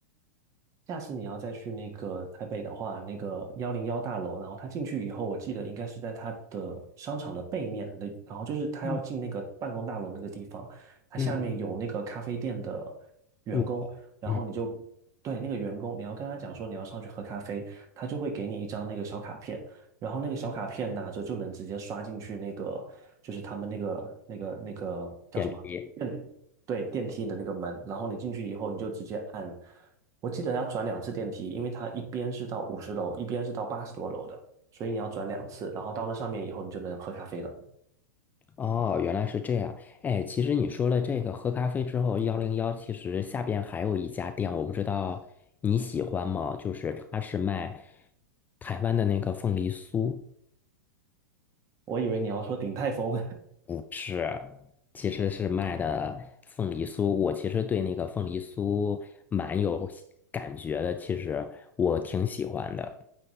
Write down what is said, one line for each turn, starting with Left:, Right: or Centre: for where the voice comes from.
Right: 下次你要再去那个台北的话，那个幺零幺大楼，然后他进去以后，我记得应该是在他的商场的背面的，然后就是他要进那个办公大楼那个地方，
Left: 嗯
Right: 他下面有那个咖啡店的员工，
Left: 嗯，入口，
Right: 然后你就对那个员工，
Left: 嗯
Right: 你要跟他讲说你要上去喝咖啡，他就会给你一张那个小卡片，然后那个小卡片拿着就能直接刷进去那个，就是他们那个那个那个叫什么
Left: 电梯。
Right: 对，电梯的那个门，然后你进去以后，你就直接按，我记得要转两次电梯，因为它一边是到五十楼，一边是到八十多楼的，所以你要转两次，然后到那上面以后，你就能喝咖啡了。
Left: 哦，原来是这样。哎，其实你说了这个喝咖啡之后，幺零幺其实下边还有一家店，我不知道你喜欢吗？就是它是卖台湾的那个凤梨酥，
Right: 我以为你要说鼎泰丰，
Left: 是，其实是卖的凤梨酥。我其实对那个凤梨酥蛮有喜感觉的，其实我挺喜欢的，